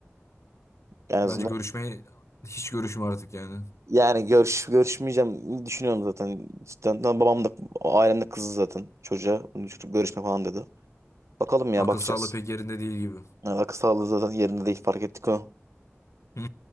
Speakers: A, on the right; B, on the left.
A: En azından
B: Bence görüşmeyi hiç görüşme artık yani.
A: Yani görüş görüşmeyeceğim düşünüyorum zaten. Cidden Lan babam da ailem de kızdı zaten çocuğa. Bunu Çocuk görüşme falan dedi. Bakalım ya
B: Akıl
A: bakacağız.
B: sağlığı pek yerinde değil gibi.
A: Yani akıl sağlığı zaten yerinde değil fark ettik onu.
B: Hı.